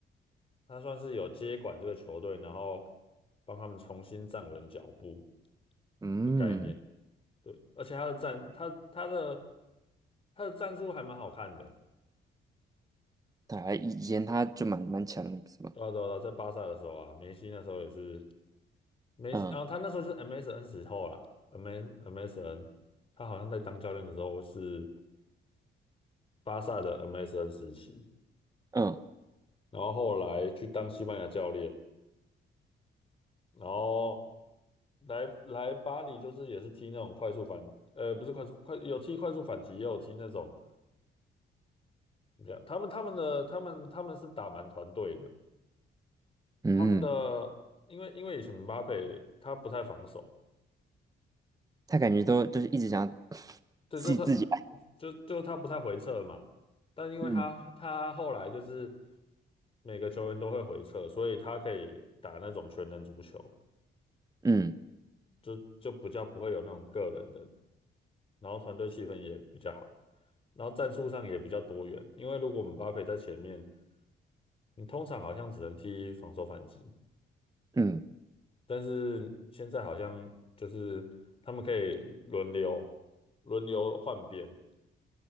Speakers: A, on the left; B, on the right.
A: 他算是有接管这个球队，然后帮他们重新站稳脚步
B: 嗯，
A: 的概念。对，而且他的战他他的他的战术还蛮好看的。
B: 他以以前他就蛮蛮强的，是吧？
A: 对啊对啊，对啊在巴萨的时候啊，梅西那时候也是梅西啊，
B: 嗯
A: 他那时候就是 MSN 时候啦，M MSN，他好像在当教练的时候是巴萨的 MSN 时期，
B: 嗯
A: 然后后来去当西班牙教练，然后来来巴黎就是也是踢那种快速反，呃，不是快速快有踢快速反击，也有踢那种怎么讲他们他们的他们他们是打蛮团队的，
B: 嗯，
A: 他们的因为因为以前姆巴佩他不太防守，
B: 他感觉都就是一直想要 <laughs>
A: 对，
B: 自己自己来。
A: 就他，就就他不太回撤嘛，但因为他他后来就是
B: 嗯
A: 每个球员都会回撤，所以他可以打那种全能足球，
B: 嗯
A: 就就比较不会有那种个人的，然后团队气氛也比较好，然后战术上也比较多元，因为如果我姆巴佩在前面，你通常好像只能踢防守反击，
B: 嗯
A: 但是现在好像就是他们可以轮流轮流换边，